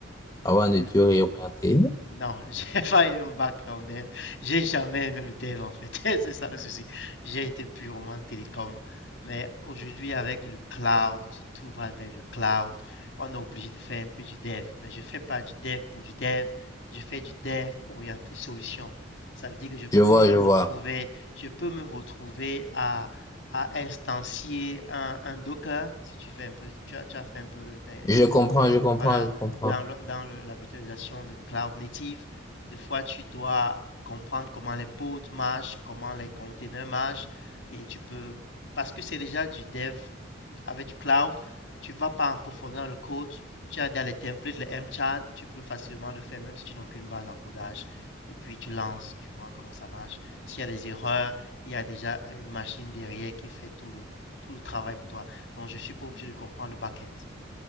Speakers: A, on the left (about 20°); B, on the left (about 70°).
A: avant
B: Mm,
A: de te réorienter.
B: Non, <laughs> j'ai pas eu un background dev. J'ai jamais aimé le dev en fait. <laughs> C'est ça le souci. J'ai été purement télécom. Mais aujourd'hui, avec le cloud, tout va vers le cloud. On est obligé de faire un peu du dev. Mais je fais pas du dev pour du dev. Je fais du dev orienté solution. Ça veut dire que je peux
A: Je vois,
B: me
A: je
B: retrouver,
A: vois.
B: je peux me retrouver à, à instancier un, un Docker. Si tu fais un peu, tu as, tu as fait un peu les-
A: Je comprends, je comprends,
B: voilà,
A: je comprends.
B: dans le- dans le- la virtualisation de cloud native, des fois tu dois comprendre comment les pods marchent, comment les containers marchent, et tu peux, parce que c'est déjà du dev avec du cloud, tu vas pas en profondeur le code, tu as dans les templates, les MChat, tu peux facilement le faire même si tu n'as aucune base en codage, et puis tu lances, tu vois comment ça marche. S'il y a des erreurs, il y a déjà une machine derrière qui fait tout le, tout le travail pour toi. Donc je suis pas obligé de comprendre le back-end.